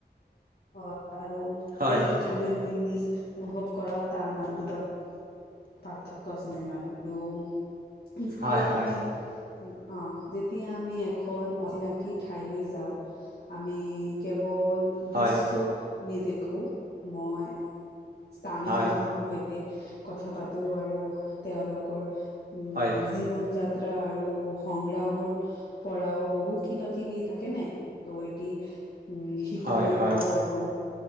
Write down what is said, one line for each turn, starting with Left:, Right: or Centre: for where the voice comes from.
Left: অ', আৰু
Right: হয়
Left: এই ঠাইলৈ মই <unintelligible> অনুভৱ কৰা তাৰ <unintelligible> পাৰ্থক্য আছে মই মানো আৰু যেতিয়া
Right: হয় হয়
Left: আমি অ', যেতিয়া আমি এখন অচিনাকি ঠাইলৈ যাওঁ। আমি কেৱল
Right: হয়
Left: দৃশ্য নেদেখোঁ, মই স্থানীয়
Right: হয়
Left: মানুহৰ সৈতে তি কথা পাতো, আৰু তেওঁলোকৰ উম,
Right: হয়
Left: যি জীৱন যাত্ৰা আৰু সংগ্ৰামৰ পৰাও বহু কিবা-কিবি থাকেনে নাই, নৈতিক উম। শিকিবলৈ
Right: হয় হয়
Left: পাওঁ আৰু